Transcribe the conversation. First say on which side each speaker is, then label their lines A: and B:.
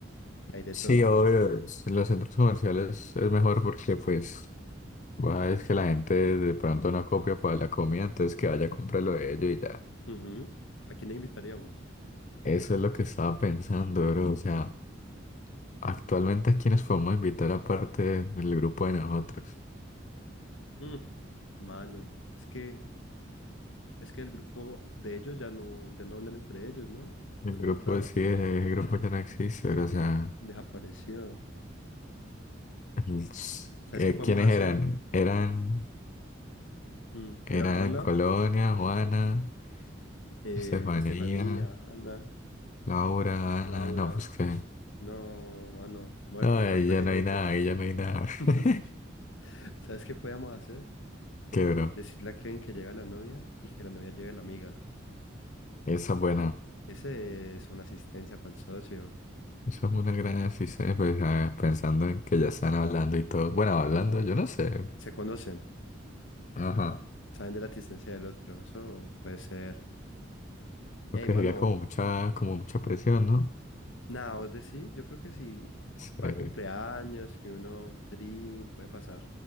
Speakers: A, on the left; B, on the left.
A: que hay de
B: Sí,
A: todo.
B: obvio, es- en los centros comerciales es mejor porque pues va, es que la gente de pronto no copia para la comida, entonces que vaya a comprarlo de ellos y ya.
A: Ujú. ¿A quiénes invitaríamos?
B: Eso es lo que estaba pensando, bro. O sea, actualmente a quiénes podemos invitar aparte del grupo de nosotros.
A: Mm, mano, es que, es que el grupo de ellos ya no, ya no hablan entre ellos, ¿no?
B: El
A: Como
B: grupo
A: tal.
B: sí, el grupo ya no existe, bro. O
A: El
B: sea,
A: grupo desapareció.
B: el-
A: ¿Sabes
B: eh,
A: qué podemos
B: ¿quiénes
A: hacer?
B: eran? Eran,
A: Mm,
B: eran
A: Era Juana,
B: Colonia, Juana,
A: eh,
B: Estefanía.
A: Estefanía, Ana,
B: Laura,
A: Laura.
B: Ana, no, pues que
A: No, mano, muerto,
B: No, ahí
A: muerto
B: ya
A: ese
B: no
A: grupo.
B: hay nada, ahí ya no hay nada.
A: <laughs>
B: <laughs>
A: ¿Sabes qué podíamos hacer?
B: Quebró.
A: Decirle a Kevin que lleve a la novia y que la novia lleve a la amiga.
B: Esa es buena.
A: Ese es una asistencia para el socio.
B: esa es una gran decisión, pues, ah, pensando en que ya están hablando y todo. Bueno, hablando,
A: Ajá.
B: yo no sé.
A: Se conocen,
B: Ajá.
A: saben de la asistencia del otro. Eso puede ser. Ey,
B: Lo que
A: mano,
B: sería como mucha, como mucha presión, ¿no?
A: Nada, vos decís, yo creo que si
B: Sí,
A: va al cumpleaños, que uno trin, puede pasar.